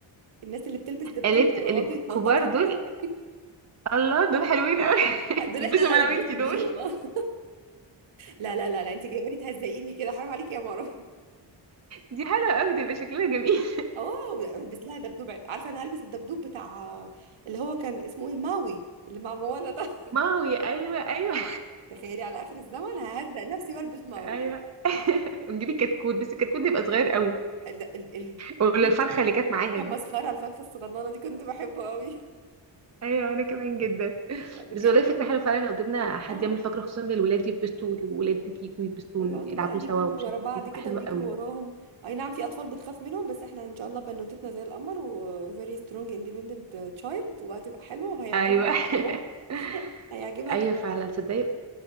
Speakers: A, on the right; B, on the right.
A: الناس اللي بتلبس دبدوب
B: قلبت
A: ويقعدوا
B: قلب
A: يتنططوا
B: كبار دول
A: <laughs>
B: الله دول حلوين قوي <laughs>
A: دول
B: البسهم
A: احنا اللي هنتبسط
B: انا وانتي دول
A: بيهم
B: <laughs>
A: <laughs> لا لا لا لا انت جايباني تهزقيني كده حرام عليكي يا مرة
B: دي حلوه قوي ده يبقى شكلنا جميل
A: اه هلبس لها دبدوب عارفه انا هلبس الدبدوب بتاع اللي هو كان اسمه ايه ماوي اللي مع موانا ده <laughs>
B: <laughs> ماوي ايوه ايوه
A: تخيلي على اخر الزمن ههزق نفسي والبس
B: <laughs>
A: ماوي
B: ايوه <laughs> ونجيب الكتكوت بس الكتكوت ده يبقى صغير قوي
A: ال ال ال
B: ولا
A: دي
B: الفرخه اللي كانت معاها
A: كان
B: دي
A: مسخره الفرخه الصغننه دي كنت بحبه قوي <laughs>
B: ايوه انا كمان جدا
A: لا بجد
B: بس والله فكره حلوه فعلا لو جبنا حد
A: اه
B: يعمل فقره خصوصا للولاد يلبسوا والولاد كيك ويلبسوا
A: ويقعدوا
B: يلعبوا
A: بقى يجروا
B: سوا ومش
A: ورا
B: عارفه
A: بعض
B: ايه تبقى
A: كده
B: حلوه
A: ويجروا
B: قوي
A: وراهم اي نعم في اطفال بتخاف منهم بس احنا ان شاء الله بنوتتنا زي القمر و very strong independent child وهتبقى حلوه وهيعجبها
B: ايوه
A: الموضوع.
B: <laughs>
A: <laughs> هيعجبها
B: ايوه
A: الحوار
B: فعلا
A: ده
B: تصدقي